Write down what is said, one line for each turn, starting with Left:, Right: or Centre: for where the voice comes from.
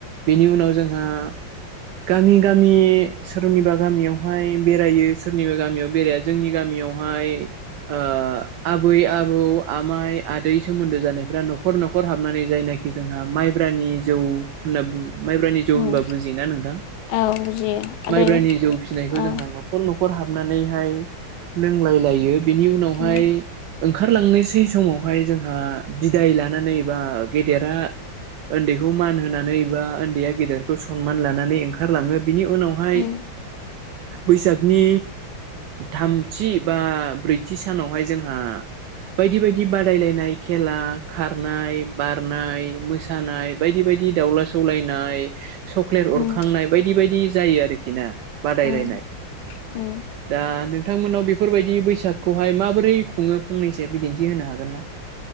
Right: बेनि उनाव जोंहा गामि गामि सोरनिबा गामियावहाय बेरायो सोरनिबा गामियाव बेराया जोंनि गामियाव याव हाय ओ आबै आबौ आमाइ आदै सोमोन्दो जानायफ्रा न'खर न'खर हाबनानै जायनाखि जोंहा माइ ब्रानि जौ होनना बो माइब्रानि जौ
Left: उम
Right: होनबा बुजियोना नोंथां?
Left: औ बुजियो आरो
Right: माइब्रानि जौ फिसिनायखौ
Left: औ
Right: जोंहा न'खर न'खर हाबनानै ओमफाय लोंलायलायो बिनि उनावहाय
Left: उम
Right: ओंखारलांनोसै समावहाय जोंहा बिदाय लानानै बा गेदेरा उन्दैखौ मान होनानै बा उन्दैया गेदेरखौ सनमान लानानै ओंखारलाङो। बिनि उनावहाय
Left: उम
Right: बैसागनि थाम थि बा ब्रैथि सानावहाय जोंहा बायदि बायदि बादायलायनाय खेला खारनाय बारनाय मोसानाय बायदि बायदि दि दाउला सौलायनाय सक्लेट
Left: उम
Right: अरखांनाय बायदि बायदि जायो आरोखि ना बादायलायनाय
Left: उम उम
Right: दा नोंथांमोनाव बेफोरबायदि बैसाग खौहाय माबोरै खुङो फंनैसो बिदिन्थि होनो हागोन ना?